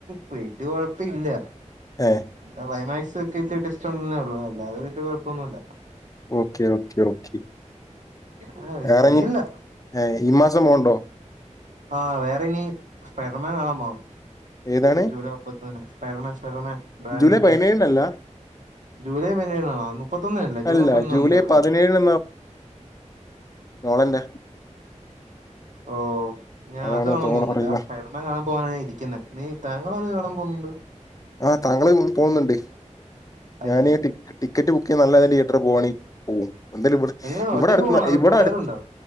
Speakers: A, on the right; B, on the left.
A: പെടു കൊഴപ്പയില്ല
B: ഏ
A: ക്ലൈമാക്സ് ഒക്കെ ട്ട് ട്ട് ടിസ്റ്റോന്നെള്ളൂ അല്ലാതെ വെല്ലിയെ കൊഴപ്പന്നുല്ല
B: ഓക്കെ ഓക്കെ ഓക്കെ
A: ആ
B: വേറെയ്
A: സീനില്ല
B: ഏ ഈ മാസം പോണ് ണ്ടോ
A: ആഹ് വേറെ ഇനി സ്പൈഡർമാൻ കാണാൻ പോണം
B: ഏതാണ്
A: ജൂലൈ മുപ്പത്തൊന്നിന് സ്പൈഡർമാൻ സ്പൈഡർമാൻ ബാനുഡേ
B: ജൂലൈ പതിനേഴിനല്ല
A: ജൂലൈ പതിനേഴിനാണോ മുപ്പത്തൊന്നിനല്ലേ ജൂലൈ
B: അല്ല
A: മുപ്പത്തൊന്ന് അന്നേറങ്ങും
B: പതിനേഴിന് ബന്റാ
A: ഓ ഞാൻ
B: അതാണ്
A: അത് കാണാ
B: തോന്നുന്നു
A: വന്നില്ല
B: അറിയില്ല
A: സ്‌പ്രേതം മാ കാണാൻ പോവാന ഇരിക്കുന്നെ നി താങ്കളത് കാണാൻ പോവുന്നുണ്ട്
B: ആ താങ്കള് വ് പോവുന്ന്ണ്ട്
A: അത്
B: ഞാനി
A: ശരി
B: ടിക് ടിക്കറ്റ് ബുക്ക് <unintelligible> <unintelligible> പോവാെണി പോവും എന്തയാലും ഇവിടെ
A: എങ്ങനെയാ
B: ഇവിടെ
A: ഒറ്റയ്ക്ക്
B: അടുത്ത്നഇവിടെ
A: പോണോ അതോ കൂട്ടുകാരുണ്ടോ
B: അടുത്